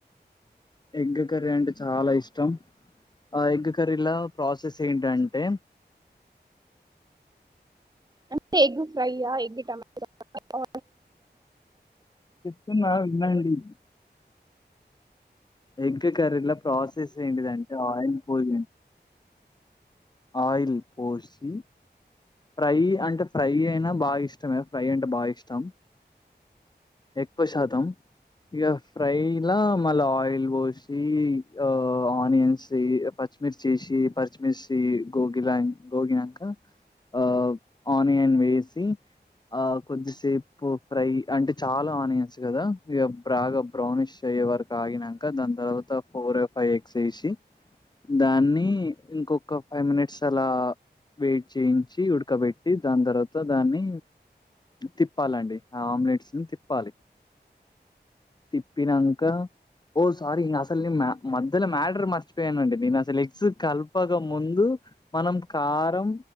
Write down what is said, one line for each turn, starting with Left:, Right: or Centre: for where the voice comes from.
Left: ఎగ్ కర్రీ అంటే చాలా ఇష్టం ఆ ఎగ్ కర్రీలా ప్రాసెస్ ఏంటంటే
Right: అంటే ఎగ్ ఫ్రైయా ఎగ్ టమాటలా
Left: చెప్తున్నా వినండి ఎగ్ కర్రీలో ప్రాసెస్ ఏంటిదంటే ఆయిల్ పోయ్ ఆయిల్ పోసి ఫ్రై అంటే ఫ్రై అయినా బాగా ఇష్టమే ఫ్రై అంటే బాగా ఇష్టం ఎక్కువ శాతం ఇగ ఫ్రైలా మళ్ళా ఆయిల్ పోసి ఆ ఆనియన్స్ ప పచ్చి మిర్చి చేసి పరిచిమిర్సి గోగిలా గోగినంక ఆ ఆన్యన్ వేసి ఆ కొద్దిసేపు ఫ్రై అంటే చాలా ఆనియన్స్ కదా ఇగ బాగా బ్రౌనిష్ అయ్ ఎ వరకి ఆగినంక దాని తర్వాత ఫోర్ ఫై ఎక్స్ ఏసి దాన్ని ఇంకొక ఫైవ్ మినిట్స్ అలా వెయిట్ చేయించి. తేచ్చి ఉడకబెట్టి దాని తర్వాత దాన్ని. తిప్పాలండి ఆ ఆమ్లెట్స్న్ తిప్పాలి తిప్పినం ఆహ్ ఓ సారి ఇంకా అసలు నే మ. మధ్యలో మ్యాటర్ మర్చిపోయానండి నేను అసలు ఎగ్స్ కలపక ముందు మనం కారం.